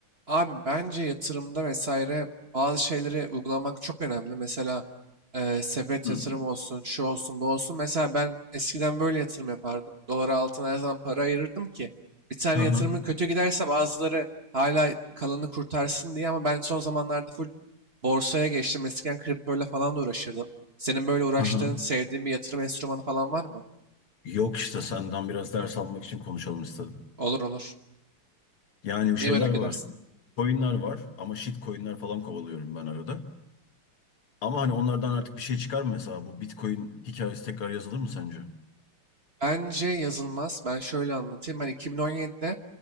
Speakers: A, on the right (about 35°); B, on the left (about 75°).
A: Abi bence yatırımda vesaire bazı şeyleri uygulamak çok önemli. Mesela eee, sepet
B: Hı.
A: yatırım olsun, şu olsun, bu olsun. Mesela ben eskiden böyle yatırım yapardım. Dolara altına her zaman para ayırırdım ki bir tane
B: Hı hı.
A: yatırımın kötü giderse bazıları hala kalanı kurtarsın diye ama ben son zamanlarda full borsaya geçtim. Eskiden kriptoyla falan da uğraşırdım. Senin böyle uğraştığın,
B: Hı hı.
A: sevdiğin bir yatırım enstrümanı falan var mı?
B: Yok işte senden biraz ders almak için konuşalım istedim.
A: Olur olur.
B: Yani bir
A: Neyi
B: şeyler
A: merak
B: var.
A: edersin?
B: Coin'ler var ama shit coin'ler falan kovalıyorum ben arada. Ama hani onlardan artık bir şey çıkar mı mesela? Bu Bitcoin hikayesi tekrar yazılır mı sence?
A: Bence yazılmaz. Ben şöyle anlatayım. Ben 2017'de